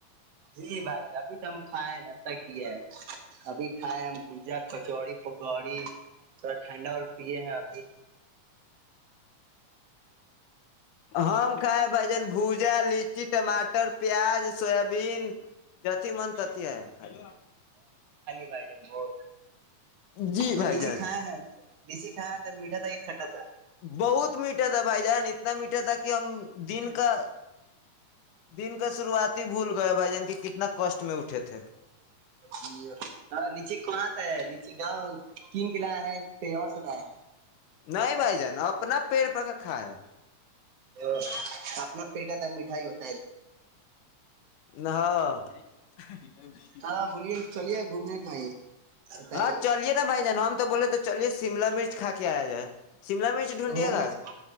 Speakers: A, on the right; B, on the left.
A: جی بھائی جان ابھی تو ہم کھائے ہیں ناہ ہے ابھی کھائے ہم بھجا کچوڑی گڑی تھوڑا ٹھنڈا اور یہے ہیں ابمی
B: ہم کائے بھ جن بھجا لچی ٹماٹر پیاز سویابین ج ا من تتی ہے خال
A: بھ جان بہت
B: جی
A: تو
B: بھائی
A: لیچی
B: جان
A: کھایا ہے لیچی کھایا تھا میٹھا تھا کہ کھٹا تھا
B: بہت میٹ تھا بھائی جانت اتنا میٹر تھا کہ ہم دن کا دن کا شروعات ہی بھول گئے بھائی جان کی کتنا کسٹ میں اٹھے تھے
A: جی ہ لچی کہاں سے ہے لچی گاؤں کن کلا ہے کہیں اور سنا ہے
B: نہیں بھائی جانا اپنا پیڑ پرککھا ہے
A: ا اپنا پیٹ کا تھا مٹھائی ہوتی
B: نہ ہاں <unintelligible>
A: ہاں بولیے چلیے گھومنے کا ہے بتائیے
B: ہاں چلیے نا بھائی جان ہم تو بولے تو چالیس شملا مرچ کھا کے آیا جائے شملا مرچ ڈھونڈیے
A: شملہ
B: گا
A: مرچ